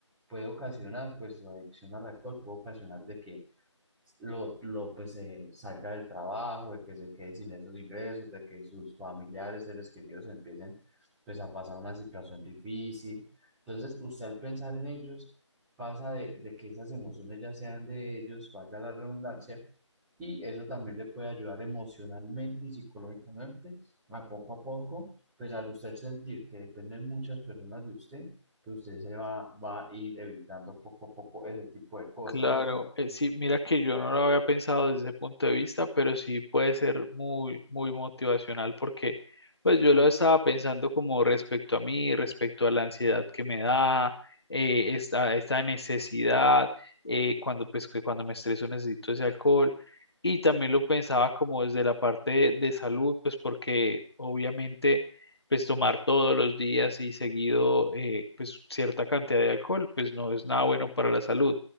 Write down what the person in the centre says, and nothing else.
puede ocasionar, pues la adicción al alcohol puede ocasionar de que lo, lo pues eh, salga del trabajo, de que se quede sin esos ingresos, de que sus familiares, seres queridos empiecen pues a pasar una situación difícil. Entonces, usted al pensar en ellos pasa de, de que esas emociones ya sean de ellos, valga la redundancia, y eso también le puede ayudar emocionalmente y psicológicamente a poco a poco, pues al usted sentir que dependen muchas personas de usted, pues usted se va, va a ir evitando poco a poco ese tipo de cosas.